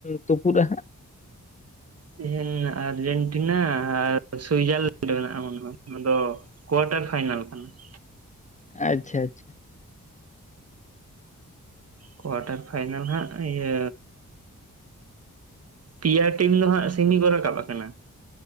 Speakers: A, on the left; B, on the right.
A: ᱛᱩᱯᱩᱫᱼᱟ ᱦᱟᱸᱜ?
B: ᱛᱮᱦᱮᱱ ᱟᱨᱡᱮᱱᱴᱤᱱᱟ ᱟᱨ ᱥᱩᱭᱡᱟᱨᱞᱮᱱᱰ ᱢᱮᱱᱟᱜᱼᱟ ᱢᱚᱱᱮ ᱦᱚᱭ ᱟᱫᱚ ᱠᱳᱣᱟᱴᱟᱨ ᱯᱷᱟᱭᱱᱟᱞ ᱠᱟᱱᱟ ᱾
A: ᱟᱪᱪᱷᱟ ᱟᱪᱪᱷᱟ ᱾
B: ᱠᱳᱣᱟᱴᱟᱨ ᱯᱷᱟᱭᱱᱟᱞ ᱦᱟᱸᱜ ᱤᱭᱟᱹ ᱯᱮᱭᱟ ᱴᱤᱢ ᱫᱚ ᱦᱟᱸᱜ ᱥᱤᱢᱤ ᱠᱚ ᱨᱟᱠᱟᱵ ᱟᱠᱟᱱᱟ